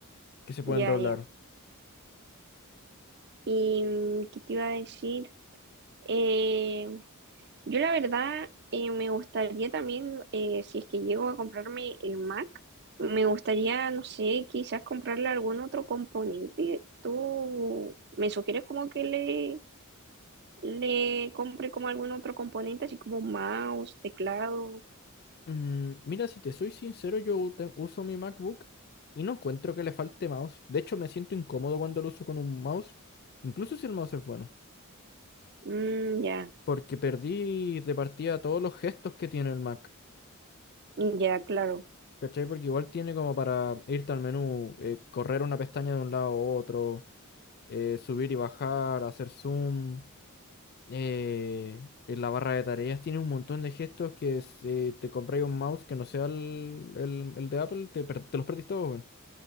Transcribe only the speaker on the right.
Ya,
ya. ¿Y mm, qué te iba a decir? Eh, Yo la verdad eh, me gustaría también, eh, si es que llego a comprarme el Mac, me gustaría, no sé, quizás comprarle algún otro componente. ¿Tú me sugieres como que le, le compre como algún otro componente, así como mouse, teclado?
Mm, ya,
ya, claro,